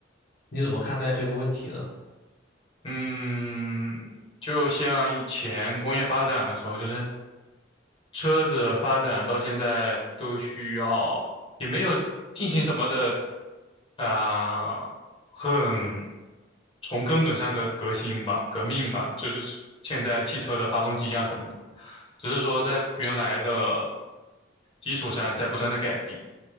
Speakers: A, on the left; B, on the left.
A: 你怎么看待这个问题呢？
B: 嗯，就像以前工业发展的时候，就是车子发展到现在都需要，也没有进行什么的啊、很从根本上的革新吧、革命吧，就是现在汽车的发动机啊什么的，只是说在原来的基础上在不断的改进。